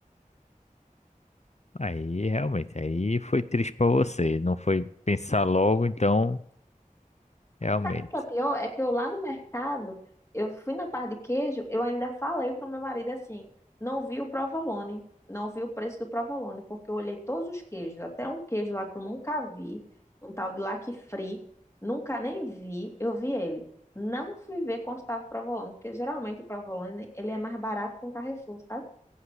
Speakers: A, on the left; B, on the left.
A: aí realmente, aí foi triste para você, não foi pensar logo, então realmente.
B: Sabe o que é pior? É que eu lá no mercado, eu fui na parte de queijo, eu ainda falei pro meu marido assim, não vi o provolone, não vi o preço do provolone, porque eu olhei todos os queijos, até um queijo lá que eu nunca vi, um tal de lac free, nunca nem vi, eu vi ele. Não fui ver quanto estava o provolone, porque geralmente o provolone, ele é mais barato que um Carrefour, sabe?